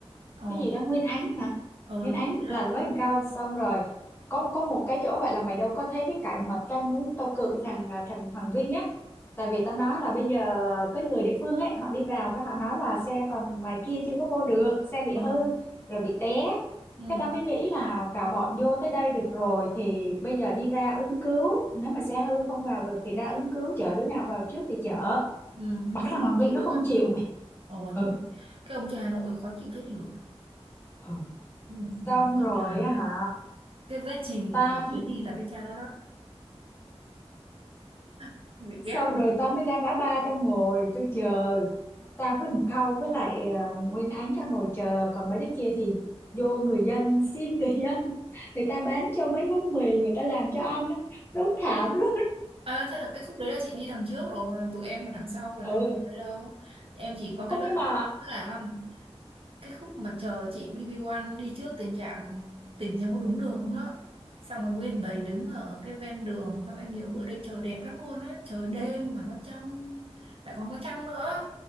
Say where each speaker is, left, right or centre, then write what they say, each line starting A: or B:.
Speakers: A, on the right (about 60°); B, on the left (about 20°).
A: ờ
B: cái gì đó Nguyên Án hả
A: ờ
B: Nguyên
A: đúng
B: Án
A: rồi đúng
B: là
A: rồi.
B: với thằng Cao xong rồi có có một cái chỗ vậy là mày đâu có thấy cái cảnh mà tao muốn tao cự thằng à, thằng Hoàng Vinh á tại vì tao nói là bây giờ cái người địa phương ấy họ đi vào cái họ nói là xe còn ngoài kia chưa có vô được xe bị
A: ờ
B: hư rồi bị té
A: ừ
B: cái tao mới nghĩ là cả bọn vô tới đây được rồi thì bây giờ đi ra ứng cứu nếu mà xe hư không vào được thì ra ứng cứu chở đứa nào vào trước thì chở
A: ừ
B: mà
A: nhưng
B: cái
A: mà
B: thằng
A: nó
B: Hoàng
A: không
B: Vinh
A: chịu
B: nó
A: đúng
B: không
A: không
B: chịu mày
A: Ờ đúng
B: ừ
A: rồi. Cái ông cha Nội khó chịu chết đi được.
B: ừ
A: Ừ,
B: xong
A: Tức
B: rồi
A: là
B: á hả
A: cái vết chìm
B: tao
A: của
B: với-
A: chuyến đi là cái cha đó đó. À, bị
B: xong
A: ghét luôn
B: rồi
A: đó.
B: tao mới ra ngã ba tao ngồi tôi chờ tao với thằng Khâu với lại ờ, Nguyên Ánh ra ngồi chờ còn mấy đứa kia thì vô người dân <laughs> xin người dân <laughs> người ta bán cho mấy gói mì người ta làm cho ăn á. đúng thảm luôn <laughs>
A: À, thế là cái khúc đấy là chị đi đằng trước rồi, còn là tụi em ở đằng sau là đâu
B: ừ
A: có thấy đâu. Em chỉ có cái
B: không
A: đoạn
B: nhưng mà
A: là cái khúc mà chờ chị BB1 đi trước tiền trạm, tỉnh xem có đúng đường không đó. Xong rồi nguyên bầy đứng ở cái ven đường, xong em nhớ bữa đấy trời đẹp lắm luôn á, trời đêm mà nó trong, lại còn có trăng nữa.